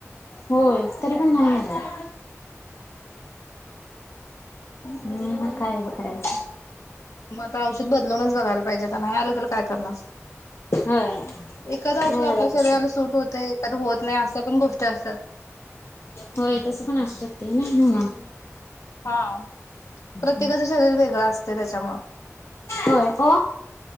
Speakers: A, on the left; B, on the left.
A: होय, तरी पण नाही आ <inaudible> म मग काय ब करायचं?
B: मग आता औषध बदलूनच बघायला पाहिजे आता नाही आल तेला काय करणार.
A: होय.
B: एखादं औषध
A: नाही
B: आपल्या
A: आला तस
B: शरीराला सूट होतय एखादं होत नाही असं पण गोष्टी असतात.
A: होय तसं पण असु शकतय नाही म्हणून.
B: हा प्रत्येकाच
A: हम्म
B: शरीर वेगळ अस तय त्याच्यामुळ
A: होय ओ